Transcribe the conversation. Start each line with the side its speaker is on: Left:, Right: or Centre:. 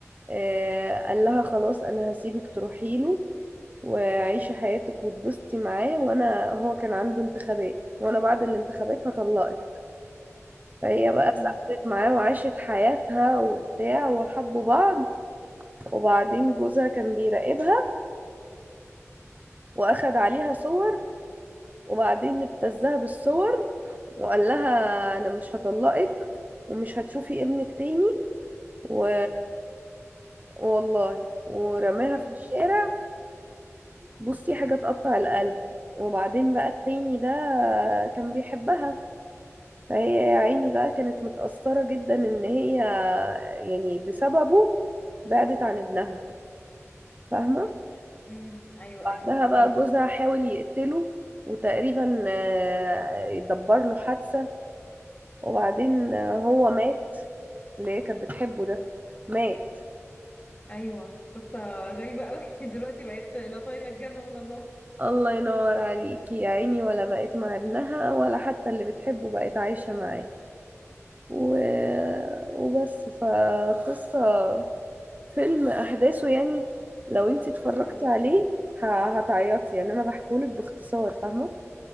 Right: آه، قال لها خلاص انا هسيبك تروحي له وعيشي حياتك وتبسطي معاه وانا هو كان عنده انتخابات وانا بعد الانتخابات هطلقك فهي بقى
Left: <laughs>
Right: سافرت
Left: امم
Right: معاه وعاشت حياتها وبتاع وحبوا بعض وبعدين جوزها كان بيراقبها واخد عليها صور وبعدين ابتزها بالصور وقال لها انا مش هطلقك ومش هتشوفي ابنك تاني و... والله ورماها
Left: أمم،
Right: في الشارع بصي حاجة تقطع القلب وبعدين بقى التاني ده كان بيحبها فهي يا عيني بقى كانت متأثرة جدا ان هي يعني بسببه بعدت عن ابنها فاهمة
Left: أمم، ايوه ايوه
Right: ده
Left: فهماكي
Right: بقى جوزها حاول يقتله وتقريبا آه، يدبر له حادثة وبعدين آه، هو مات اللي هي كانت بتحبه ده مات
Left: ايوه قصه غريبه قوي <laughs> دلوقتي بقيت لا طايله الجنه ولا النار
Right: الله ينور عليكي يا عيني ولا بقت مع ابنها ولا حتى اللي بتحبه بقت عايشة معاه و... وبس فقصة فيلم أحداثه يعني لو انتي اتفرجتي
Left: ايوه
Right: عليه ه- هتعيطي يعني أنا بحكولك باختصار فاهمة